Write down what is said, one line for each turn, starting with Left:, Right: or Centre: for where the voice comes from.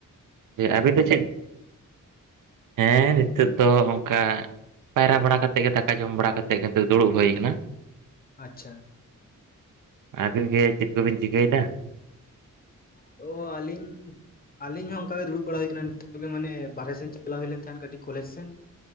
Right: ᱡᱮ ᱟᱵᱤᱱ ᱫᱚ ᱪᱮᱫ, ᱦᱮᱸ ᱱᱤᱛᱚᱜ ᱫᱚ ᱚᱝᱠᱟ ᱯᱟᱭᱨᱟ ᱵᱟᱲᱟ ᱠᱟᱛᱮᱜ ᱜᱮ ᱫᱟᱠᱟ ᱡᱚᱢ ᱵᱟᱲᱟ ᱠᱟᱛᱮᱜ ᱠᱤᱱᱛᱩ ᱫᱩᱲᱩᱵ ᱦᱩᱭ ᱠᱟᱱᱟ᱾
Left: ᱟᱪᱪᱷᱟ᱾
Right: ᱟᱵᱤᱱ ᱜᱮ ᱪᱮᱫ ᱠᱚᱵᱤᱱ ᱪᱤᱠᱟᱹᱭᱫᱟ?
Left: ᱚ ᱟᱞᱤᱧ ᱟᱞᱤᱧ ᱦᱚᱸ ᱚᱱᱠᱟ ᱜᱮ ᱫᱩᱲᱩᱵ ᱵᱟᱲᱟ ᱦᱩᱭᱟ ᱠᱟᱱᱟ ᱱᱤᱛᱚᱜ ᱜᱮ ᱢᱟᱱᱮ ᱵᱟᱨᱦᱮ ᱥᱮᱱ ᱪᱟᱞᱟᱣ ᱦᱩᱭ ᱞᱮᱱ ᱛᱟᱦᱮᱸᱫ ᱠᱟᱹᱴᱤᱡ ᱠᱚᱞᱮᱡ ᱥᱮᱱ᱾